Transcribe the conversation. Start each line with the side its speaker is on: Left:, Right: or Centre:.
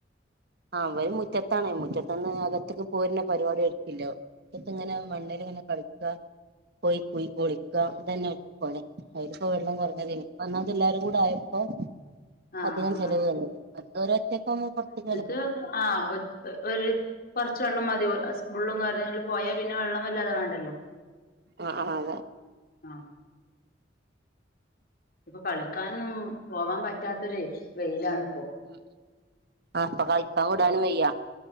Right: ആ അവര് മുറ്റത്താണേ മുറ്റത്ത്ന്ന് അകത്ത്ക്ക് പോര്ണ പരിപാടി ഓര്ക്കില്ല മുറ്റത്ത് മണ്ണില് ഇങ്ങനെ കളിക്ക പോയി പോയി കുളിക്ക ഇതെന്നെ ഓല്ക്ക് പണി അയ്ല് പ്പൊ വെള്ളം കുറഞ്ഞതേയ്നി ഒന്നാമത് എല്ലാരും കൂടെ ആയപ്പോ
Left: ആഹ്
Right: അധികം ചെലവ് വന്നത് അത് ഓര് ഒറ്റക്കാവുമ്പോ പൊ
Left: ത് ആ ഒ ഒര് കൊറച് വെള്ളം മതി ഫുളളും പോയാൽ പിന്നെ വെള്ളം വല്ലാതെ വേണ്ടല്ലോ.
Right: ആ ആ അതാ.
Left: ആ ഇപ്പൊ കളിക്കാനൊന്നും പോവാൻ പറ്റാത്തൊരു വെയിലാണ്.
Right: ഉ ആപ്പൊ കളിക്കാൻ വിടാനും വയ്യാ